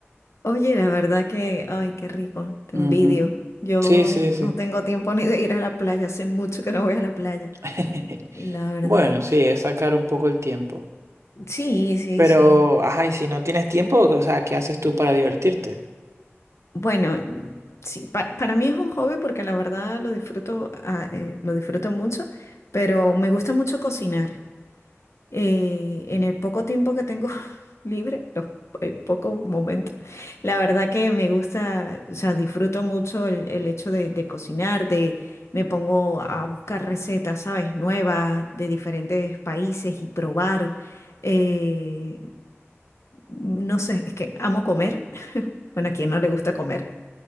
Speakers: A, on the left (about 75°); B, on the right (about 80°).
A: Oye, la verdad que, ay, qué rico, te
B: Ujú.
A: envidio. Yo
B: Sí, sí, sí.
A: no tengo tiempo ni de ir a la playa, hace mucho que no voy a la playa,
B: <laughs>
A: la verdad.
B: Bueno, sí, es sacar un poco el tiempo.
A: Sí, sí,
B: Pero,
A: sí.
B: ajá, y si no tienes tiempo, o sea, ¿qué haces tú para divertirte?
A: Bueno, mm, sí, pa- para, mí es un hobby porque la verdad lo disfruto, ah, eh, lo disfruto mucho, pero me gusta mucho cocinar. Eh, en el poco tiempo que tengo <laughs> libre, los eh, pocos momentos, la verdad que me gusta, o sea, disfruto mucho el, el hecho de, de cocinar, de me pongo a buscar recetas, ¿sabes? Nuevas de diferentes países y probar. Eh, no sé, es que amo comer. <laughs> Bueno, a quien no le gusta comer.